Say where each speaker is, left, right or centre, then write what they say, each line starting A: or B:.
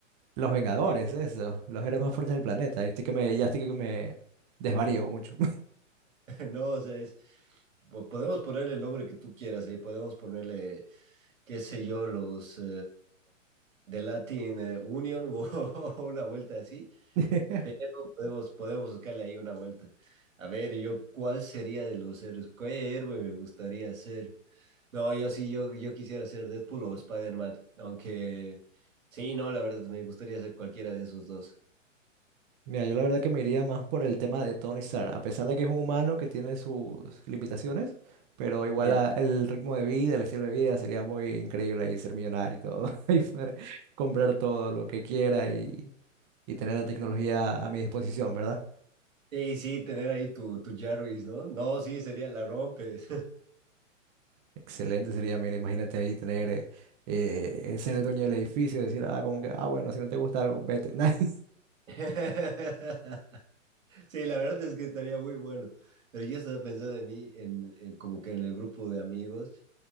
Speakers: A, on the right; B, on the right.
A: Los Vengadores,
B: <laughs>
A: eso. Los héroes más fuertes del planeta. Yo estoy que me, ya estoy que me desvarío mucho.
B: No, o sea, es... po- Podemos ponerle el nombre que tú quieras, ahí podemos ponerle, qué sé yo, los eh, de Latin eh, Union <laughs> o, o una vuelta así,
A: <laughs>
B: Pero podemos, podemos buscarle ahí una vuelta. A ver, yo, ¿cuál sería de los héroes? ¿Qué héroe me gustaría ser? No, yo sí, yo, yo quisiera ser Deadpool o Spider-Man. Aunque, sí, no, la verdad, me gustaría ser cualquiera de esos dos.
A: Mira, yo la verdad que me iría más por el tema de Tony Stark, a pesar de que es un humano que tiene sus limitaciones, pero igual
B: Ya.
A: a- el ritmo de vida, el estilo de vida sería muy increíble y ser millonario y todo, <laughs> y poder comprar todo lo que quiera y, y tener la tecnología a mi disposición, ¿verdad?
B: Y sí, tener ahí tu, tu Jarvis, ¿no? No, sí, sería la rompes.
A: Excelente sería, mira, imagínate ahí tener, eh, eh, ser el dueño del edificio, decir, ah, como que, ah, bueno, si no te gusta algo, vete. <laughs>
B: <laughs> Sí, la verdad es que estaría muy bueno. Pero yo estaba pensando en mí, en, en como que en el grupo de amigos,